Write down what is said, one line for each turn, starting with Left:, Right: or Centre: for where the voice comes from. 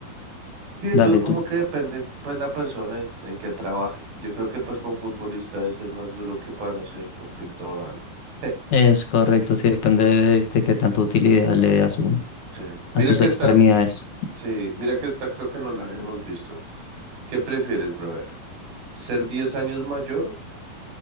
Right: Sí, eso
Left: Dale
Right: como
Left: tú.
Right: que depende, pues, la persona y en que trabaje. Yo creo que, pues, para un futbolista debe ser más duro que para, no sé, para un pintor o algo. <laughs>
Left: Es correcto, sí depende de, de qué tanta utilidad le dé a su,
Right: Sí. Mira
Left: a sus
Right: que
Left: extremidades.
Right: esta, sí, mira que esta creo que no la habíamos visto. ¿Qué prefieres, brother? ¿Ser 10 años mayor